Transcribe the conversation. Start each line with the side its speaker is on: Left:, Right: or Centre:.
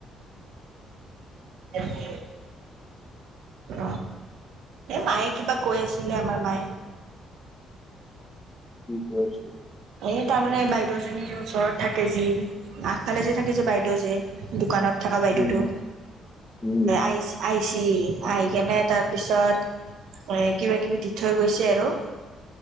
Right: <unintelligible> অ, এই মায়ে কিবা কৈ আছিলে আমাৰ মায়ে।
Left: বাইছে
Right: এই তাৰমানে বাইদেউজনী যে ওচৰত থাকে যি আগফালে যে থাকে যে বাইদেউ যে দোকানত থাককা বাইদেউটোো
Left: উম উম
Right: আইচ আই চি আহি কেনে তাৰ পিছত এ কিবা কিবি দি থৈ গৈছে আৰু